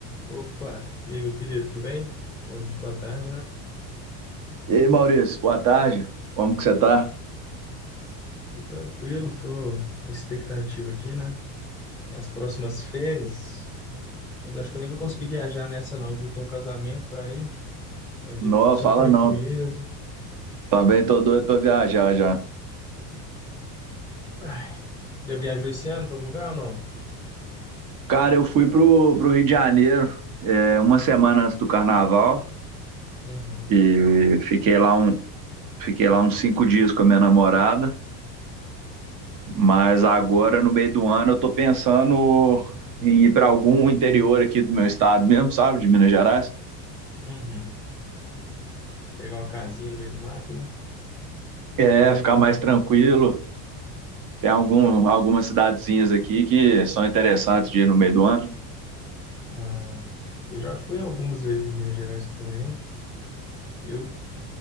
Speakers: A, in the centre; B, on the right.
A: Opa, e aí, meu querido, tudo bem? Bom dia, boa tarde, né?
B: E aí, Maurício, boa tarde. Como que você tá?
A: Tudo tranquilo, tô com a expectativa aqui, né? E As próximas férias, mas acho que eu nem vou conseguir viajar nessa não, viu? Tenho um casamento para ir, aí eu devo
B: Não,
A: ficar só
B: fala
A: por aqui
B: não.
A: mesmo.
B: Também tô doido pra viajar já.
A: Ai, já viajou esse ano para algum lugar ou não?
B: Cara, eu fui pro, pro Rio de Janeiro é, uma semana antes do carnaval
A: Uhum,
B: e fiquei lá, um, fiquei lá uns cinco dias com a minha namorada, mas agora, no meio do ano, eu tô pensando em ir pra algum interior aqui do meu estado mesmo, sabe? De Minas Gerais.
A: uhum. Pegar uma casinha no meio do mato, né?
B: É, ficar mais tranquilo. Tem algum, algumas cidadezinhas aqui que são interessantes de ir no meio do ano.
A: Ah, eu já fui algumas vezes em Minas Gerais aqui também. Eu